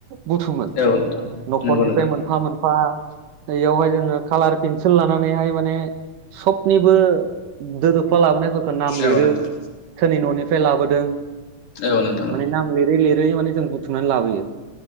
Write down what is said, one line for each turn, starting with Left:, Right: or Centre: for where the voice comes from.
Right: बुथुमोन
Left: औ नोंथां
Right: न'खरनिफ्राय
Left: नंगौ नोंथां
Right: मोनफा मोनफा नैयावहाय जोङो कालार पेन्सिल लानानैहाय माने सबनिबो दो दोबफ्ला लाबोनायफोरखौ नाम लिरो
Left: औ नोंथां
Right: सोरनि न' निफ्राय लाबोदों
Left: औ नोंथां
Right: माने नाम लिरै लिरै माने जों बुथुमनानै लाबोयो।